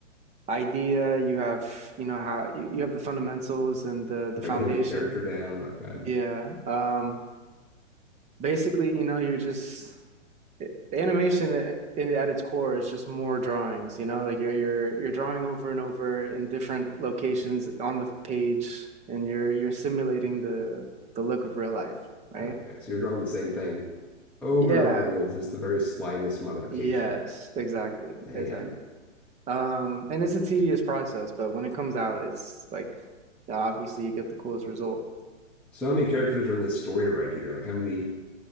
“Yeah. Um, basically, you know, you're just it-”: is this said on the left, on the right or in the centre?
Right